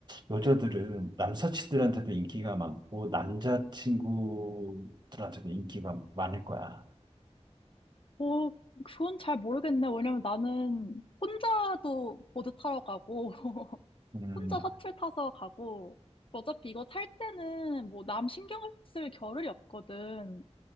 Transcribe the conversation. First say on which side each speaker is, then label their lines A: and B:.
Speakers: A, on the right (about 40°); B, on the left (about 50°).
A: 여자들은 남사친들한테도 인기가 많고 남자친구들한테도 인기가 많을 거야.
B: 어, 그건 잘 모르겠네. 왜냐면 나는 혼자도 보드 타러 가고,
A: 음.
B: 혼자 셔틀 타서 가고, 그 어차피 이거 탈 때는 뭐 남 신경 쓸 겨를이 없거든.